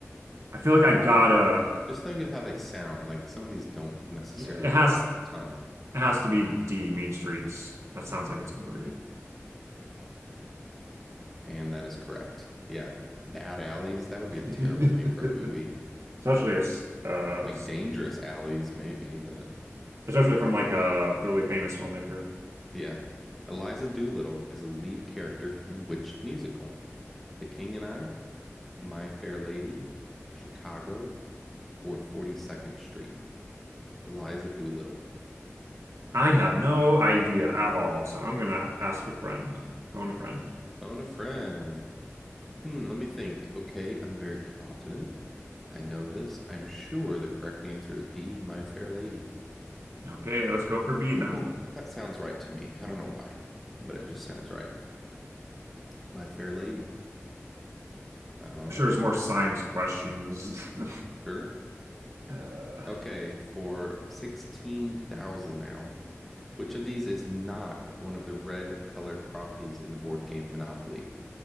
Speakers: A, on the right; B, in the centre.
A: I feel like I gotta
B: Just think of how they sound. Like some of these don't necessarily
A: <sighs> Yeah, it
B: roll
A: has
B: off the tongue.
A: it has to be D, Mean Streets. That sounds like it's a movie.
B: And that is correct. Yeah. Bad Alleys, that would be a terrible
A: Okay.
B: name for a movie.
A: <laughs> Especially as uh
B: Like Dangerous Alleys, maybe, but
A: especially from like a really famous filmmaker.
B: yeah. Eliza Doolittle is a lead character in which musical? The King and I, My Fair Lady, Chicago, or 42nd Street? Eliza Doolittle.
A: I have no idea at all, so I'm gonna ask a friend, phone a friend.
B: Phone a friend. Hmm, let me think. Okay, I'm very confident. I know this. I'm sure the correct answer is B, My Fair Lady. <clears throat>
A: Okay, let's go for B then.
B: <laughs> That sounds right to me. I don't know why, but it just sounds right. My Fair Lady. All
A: I'm
B: right.
A: sure there's more science questions. <laughs>
B: Sure.
A: Uh,
B: Okay, for 16,000 now. Which of these is not one of the red colored properties in the board game Monopoly?